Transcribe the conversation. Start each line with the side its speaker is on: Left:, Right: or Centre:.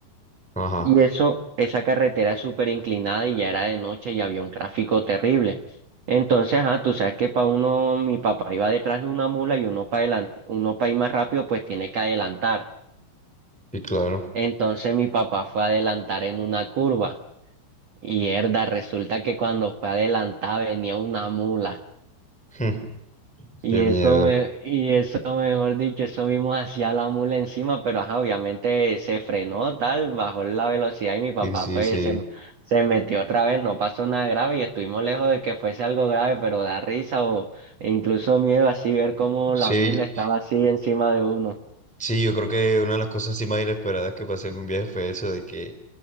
Centre: Ajá,
Right: Y eso, esa carretera es súper inclinada y ya era de noche y había un tráfico terrible. Entonces, ah, tú sabes que para uno, mi papá iba detrás de una mula y uno para adelante, uno para ir más rápido, pues tiene que adelantar.
Centre: sí, claro.
Right: Entonces mi papá fue a adelantar en una curva. Y herda, resulta que cuando fue adelantada venía una mula.
Centre: Mm,
Right: Y
Centre: Qué
Right: eso
Centre: miedo.
Right: me, y eso mejor dicho, eso vimos hacia la mula encima, pero ajá, obviamente se frenó tal, bajó la velocidad y mi papá
Centre: Sí, sí,
Right: pues
Centre: sí.
Right: se, se metió otra vez, no pasó nada grave y estuvimos lejos de que fuese algo grave, pero da risa o e incluso miedo así ver cómo
Centre: Sí,
Right: la mula estaba así encima de uno.
Centre: sí, yo creo que una de las cosas así más inesperadas que pasé en un viaje fue eso de que